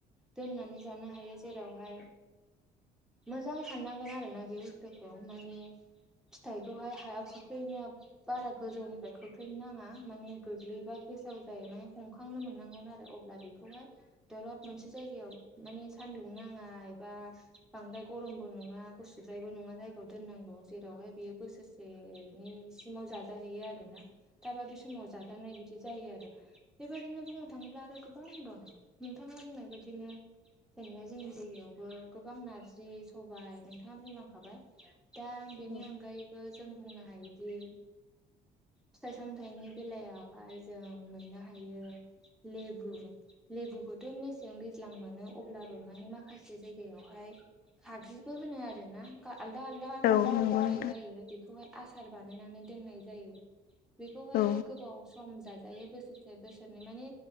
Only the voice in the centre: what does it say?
दोननानै जानो हायो जेरावहाय मोजां हाननांगोन आरोना बे बुस्थुखौ माने फिथाइखौहाय हायाव खोख्लैनाया बारा गोजौनिफ्राय खोख्लैनो नाङा माने गोग्लैयोबा गेसाव जायो माने हमखांनो मोननांगौ आरो अब्ला बेखौहाय। दलद मोनसे जायगायाव मानिे सान्दुं नाङा एबा बांद्राय गरमबो नङा। गुसुद्रायबो नङा जायगायाव दोननांगौ जेरावहाय बियो बोसोरसेनि सिमाव जाजाहैयो आरोना। दाबादै समाव जागारनाय बिदि जायो आरो बेबायदिनो बुंनो थाङोब्ला आरो गोबां दं नोंथाङा बुंनाय बायदिनो जेनेबा जोंनि जायगायावबो गोबां नारजि सबाय नोंथाङा बुंलांखाबाय दा बेनि
अनगायैबो जों बुंनो हायोदि फिथाइ सामथायाइनि बेलायावहाय जों मोननो हायो लेबु लेबुखौथ' मेसें दैज्लां मोनो अब्लाबो मानि माखासे जायगायावहाय फाख्रिबो होनो आरो ना। आलदा आलदा मुं
होननाय
जायो बेखौहाय आसार बानायनानै दोननाय जायो। बेखौहाय
गोबाव सम जाजायो बोसोरसे बोसोरनै माने